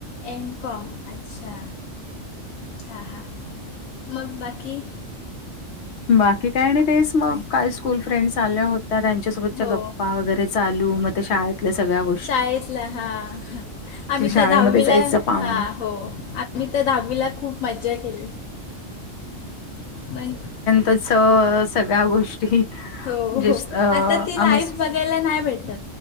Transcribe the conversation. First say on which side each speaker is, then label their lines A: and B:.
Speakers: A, on the left (about 85°); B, on the left (about 65°).
A: एमकॉम अच्छा, हा हा, मग बाकी?
B: बाकी काय आणि तेच मग काल स्कूल फ्रेंडस आल्या हो त्या त्यांच्यासोबतच्या
A: हो
B: गप्पा वगैरे चालू, मग त्या शाळेतल्या सगळ्या गो
A: शाळेतल्या हा, हा, आम्ही
B: कि शाळेमध्ये
A: तर दहावीला
B: जायचं पाहण
A: हा हो. मी तर दहावीला खूप मज्जा केली. मण
B: तसं सगळ्या गोष्टी म्हणजे
A: हो हो,
B: स- अ,
A: आता ती
B: आम्ही
A: लाईफ
B: स-
A: बघायला नाही भेटत